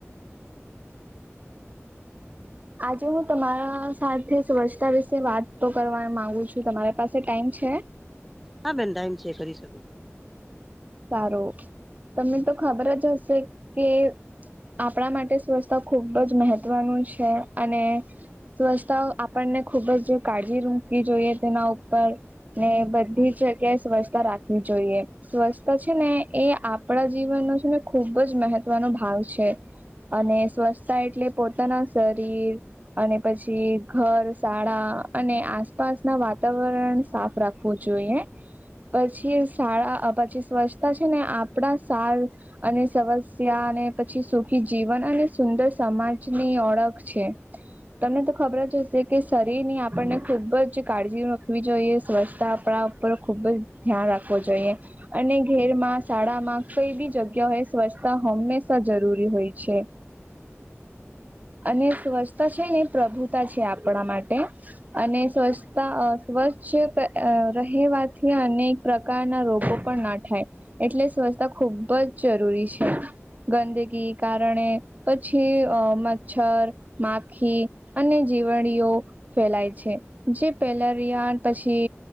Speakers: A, on the right; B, in the centre.
A: આજે હું તમારા સાથે સ્વચ્છતા વિશે વાત તો કરવા માગુ છું. તમારી પાસે ટાઈમ છે?
B: હા બેન ટાઈમ છે કરી શકો.
A: સારું તમને તો ખબર જ હશે કે.. આપણા માટે સ્વછતા ખૂબ જ મહત્વનું છે. અને... સ્વરછતા આપણને ખુબ જ કાળજી રૂકવી જોઈએ તેના ઉપર.... ને બધી જ જગ્યાએ સ્વચ્છતા રાખવી જોઈએ. સ્વરછતા છે ને એ આપણા જીવનો છે ને ખૂબજ મહત્વનો ભાગ છે. અને સ્વચ્છતા એટલે પોતાના શરીર.... અને પછી ઘર શાળા અને આસપાસ ના વાતાવરણને સાફ રાખવુ... રાખવું જોઈ પછી શાળા પછી સ્વચ્છતા છે ને આપણા સાર... અને સમસ્યા અને પછી સુખી જીવન અને સુંદર સમાજની ઓળખ છે. તમને તો ખબર જ હશે કે શરીર ની આપણને ખુબ જ કાળજી રાખવી જોઈએ સ્વચ્છતા આપણા... પર ખુબ જ ધ્યાન રાખવો જોઈએ... અને ઘરમાં શાળામાં કઈ બી જગ્યાઓ એ સ્વચ્છતા હંમેશા જરૂરી હોય છે. અને સ્વચ્છતા છે ને પ્રભુતા છે આપણા માટે... અને સ્વચ્છતા અ સ્વચ્છ રહેવાથી અનેક... પ્રકારના રોગો પણ ના થાય એટલે સ્વચ્છતા ખૂબ જ જરૂરી છે. ગંદકી કારણે પછી અ મચ્છર માખી... અને જીવાણીઓ ફેલાય છે જે પેલારિયાન પછી....